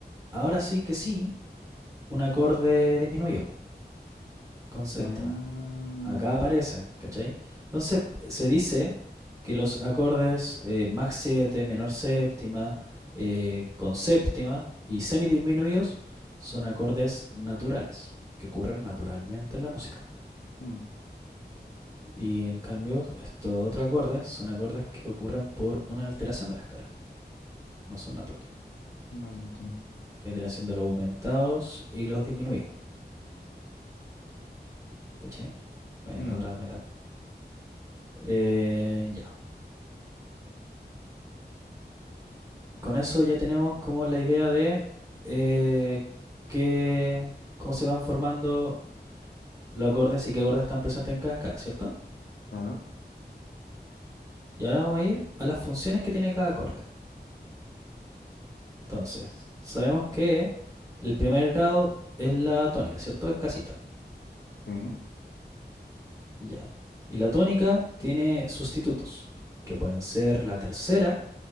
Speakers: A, on the right; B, on the left.
A: ahora sí que sí, un acorde disminuido con séptima.
B: Ah.
A: Acá aparece, ¿cachai? Entonces se dice que los acordes eh, Mach 7, menor séptima, eh, con séptima y semidisminuidos son acordes naturales, que ocurren naturalmente en la música.
B: mm,
A: Y en cambio, estos otros acordes son acordes que ocurren por una alteración de la escala, no son naturales.
B: vale, entiendo.
A: Que vendrían siendo los aumentados y los disminuidos, ¿cachai? Bueno,
B: Mm,
A: y los otros Eh, ya. Con eso ya tenemos como la idea de eh, qué- cómo se van formando los acordes y qué acordes están presentes en cada escala, ¿cierto?
B: claro.
A: Y ahora vamos a ir a las funciones que tiene cada acorde. Entonces, sabemos que el primer grado es la tónica, ¿cierto? Es casita.
B: Sí. ¿En
A: Ya. Y la tónica tiene sustitutos, que pueden ser la tercera.